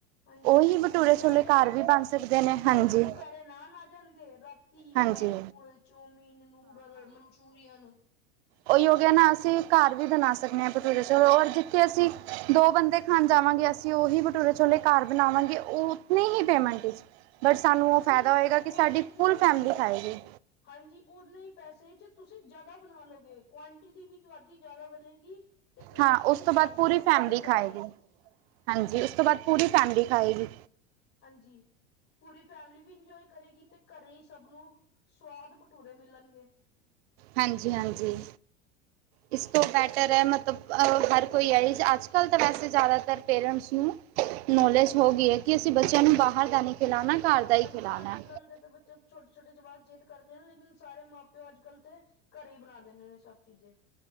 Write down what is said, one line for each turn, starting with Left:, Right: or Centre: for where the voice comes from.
Left: ਹਾਂਜੀ
Right: ਉਹੀ ਭਟੂਰੇ
Left: ਦੁਪਹਿਰੇ
Right: ਛੋਲੇ ਘਰ ਵੀ ਬਣ ਸਕਦੇ ਨੇ
Left: ਦੁਪ
Right: ਹਾਂਜੀ
Left: ਦੁਪਹਿਰੇ ਨਾ-ਨਾ ਆ ਜਾਣਗੇ। ਘੀ
Right: ਹਾਂਜੀ
Left: fast food, chowmein, noodle, Manchurian
Right: ਉਹ ਹੋਗਿਆ ਨਾ ਅਸੀਂ ਘਰ ਵੀ ਬਣਾ ਸਕਦੇ ਹਾਂ, ਭਟੂਰੇ ਸ ਔਰ ਜ ਅਤੇ ਅਸੀਂ ਦੋ ਬੰਦੇ ਖਾਣ ਜਾਵਾਂਗੇ, ਅਸੀਂ ਉਹੀ ਬਟੂਰੇ ਛੋਲੇ ਘਰ ਬਣਾਵਾਂਗੇ ਉਹ ਨਹੀਂ ਹੀ ਪੇਮੈਂਟ ਬਟ ਸਾਨੂੰ
Left: ਹਾਂਜੀ
Right: ਉਹ ਫਾਇਦਾ ਹੋਏਗਾ, ਕਿ
Left: ਔਰ
Right: ਸਾਡੀ
Left: ਲੇਕਿਨ
Right: ਫੁੱਲ ਫੈਮਿਲੀ ਖਾਏਗੀ।
Left: ਹਾਂਜੀ। ਉਨੇ ਹੀ ਪੈਸੇ ਚ ਤੁਸੀਂ ਜ਼ਿਆਦਾ ਬਣਾ ਲਓਗੇ। ਕੁਆਂਟਿਟੀ ਵੀ ਤੁਹਾਡੀ ਜ਼ਿਆਦਾ ਬਣੇਗੀ। ਤੇ ਕੁਆਲਿਟੀ
Right: ਹਾਂ ਉਸ
Left: ਵੀ
Right: ਤੋਂ ਬਾਅਦ
Left: ਘਰ ਦੀ
Right: ਪੂਰੀ
Left: ਸਭ
Right: ਫੈਮਿਲੀ
Left: ਤੋਂ ਵਧੀਆ
Right: ਖਾਏਗੀ
Left: ਬਣੇਗੀ ਜੀ।
Right: ਹਾਂਜੀ। ਉਸ ਤੋਂ ਬਾਅਦ ਪੂਰੀ ਫੈਮਿਲੀ ਖਾਏਗੀ।
Left: ਹਾਂਜੀ। ਪੂਰੀ ਫੈਮਿਲੀ ਵੀ ਇੰਜੋਏ ਕਰੇਗੀ, ਤੇ ਘਰੇ ਹੀ ਸਭ ਨੂੰ ਸਵਾਦ ਪੂਰੇ ਮਿਲਣਗੇ।
Right: ਹਾਂਜੀ ਹਾਂਜੀ। ਇਸ ਤੋਂ ਬੈਟਰ ਹੈ, ਮਤਲਬ ਹਰ ਕੋਈ ਹੈ ਅੱਜ-ਕੱਲ੍ਹ ਤਾਂ ਵੈਸੇ ਜ਼ਿਆਦਾਤਰ ਪੇਰੈਂਟਸ ਨੂੰ ਨੌਲੇਜ ਹੋ ਗਈ ਹੈ ਕਿ, ਅਸੀਂ ਬੱਚਿਆਂ ਨੂੰ ਬਾਹਰ ਦਾ ਨਹੀਂ ਖਿਲਾਉਣਾ। ਘਰ ਦਾ ਹੀ
Left: ਹਾਂਜੀ।
Right: ਖਿਲਾਉਣਾ
Left: ਅੱਜ ਕੱਲ੍ਹ ਦੇ ਤਾਂ ਬੱਚੇ ਛੋਟੇ- ਛੋਟੇ ਜਵਾਕ ਜਿਦ ਕਰਦੇ ਨੇ, ਲੇਕਿਨ ਸਾਰੇ ਮਾਂ -ਪਿਓ ਅੱਜ -ਕੱਲ ਤੇ ਘਰੇ ਹੀ ਬਣਾ ਦਿੰਦੇ ਨੇ ਸਭ ਚੀਜ਼ੇ।